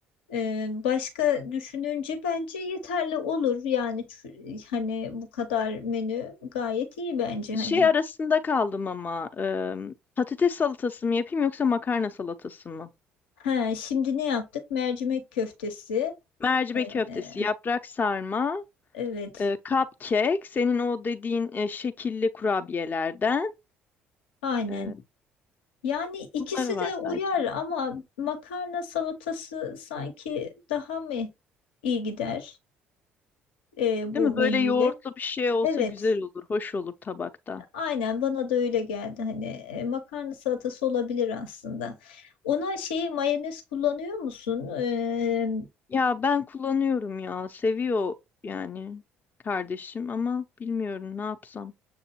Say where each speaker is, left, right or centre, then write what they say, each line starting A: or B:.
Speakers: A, on the left (about 80°); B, on the left (about 35°).
A: Ee, başka düşününce bence yeterli olur yani çü- hani bu kadar menü gayet iyi bence hani.
B: Şey arasında kaldım ama ım, patates salatası mı yapayım yoksa makarna salatası mı?
A: Ha, şimdi ne yaptık? Mercimek köftesi.
B: Mercimek
A: Ee,
B: köftesi, yaprak sarma,
A: evet
B: e, cupcake, senin o dediğin e, şekilli kurabiyelerden
A: aynen.
B: e,
A: Yani ikisi
B: bunları var
A: de
B: sadece.
A: uyar ama makarna salatası sanki daha mı iyi gider e,
B: Değil
A: bu
B: mi?
A: menüyle?
B: Böyle yoğurtlu bir şey olsa
A: Evet,
B: güzel olur, hoş olur tabakta.
A: aynen bana da öyle geldi. Hani e, makarna salatası olabilir aslında. Ona şey mayonez kullanıyor musun? E,
B: Ya ben kullanıyorum ya, seviyor yani kardeşim ama bilmiyorum ne yapsam.